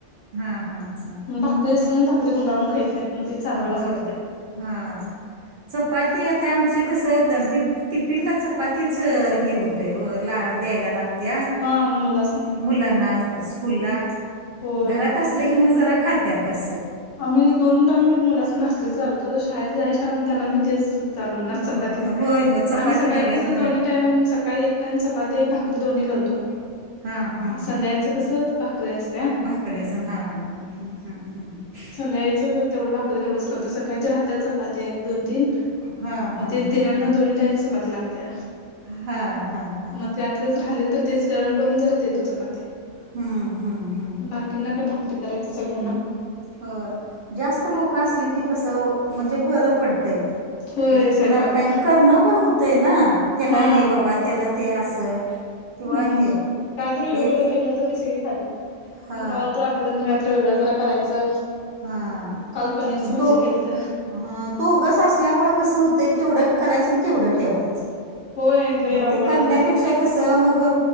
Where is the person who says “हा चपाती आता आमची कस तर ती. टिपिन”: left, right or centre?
Right